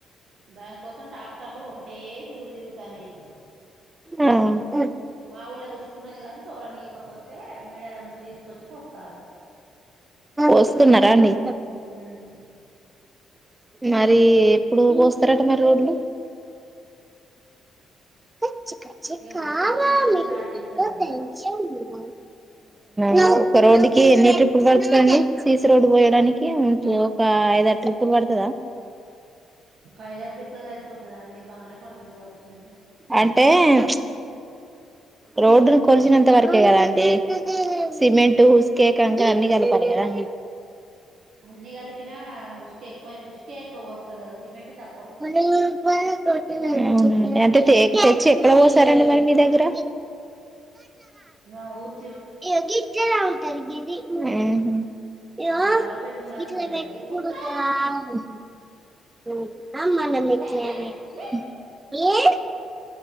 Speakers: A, on the right; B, on the right.
A: దానికోసం టాక్టర్లు ఒకటే తిరుగుడు తిరుగుతాన్నయి
B: ఆ
A: మా ఊళ్ళ ఉష్కున్నది కాని తోలనీయకపోతే మేడారం నుంచి తీసుకొచ్చి పోస్తారు
B: వస్తున్నరా అండి
A: ఉమ్
B: మరి ఎప్పుడు పోస్తారట మరి రోడ్లు కచ్చి కచ్చి
A: ఇక
B: కావలి
A: ఉసుకొచ్చిందంటే స్టార్ట్ చేస్తారు
B: <unintelligible>
A: కదా
B: నా ఒక రోడ్డుకి ఎన్ని ట్రిప్పులు పడుతుంది అండి సీసి రోడ్డు పోయడానికి ఒక ఐ ఐదు ఆరు ట్రిప్పులు పడుతదా
A: ఒక ఐదారు ట్రిపులే సరిపోతాదా అండి బాగానే పడుతదిగావచ్చండి
B: అంటే ప్చ్ రోడ్డును కొలిచినంత వరకే కదా అండి సిమెంట్ ఉసుకే కంకర అన్ని కలపాలి కదాండి
A: అన్ని కలిపిన ఉసుక ఎక్కువై ఉసుకే ఎక్కువ పోస్తారు కదా సిమెంట్ తక్కు
B: <unintelligible> మ్మ్ హ్మ్ అంటే టేకు తెచ్చి ఎక్కడ పోశారండి మరి మీ దగ్గర
A: నా ఊర్
B: <unintelligible> హుహు
A: మాకు డబల్ బెడ్రూమ్లు
B: <unintelligible>
A: అని ఉంటాయండి కుక్క
B: <unintelligible>
A: లే లే లే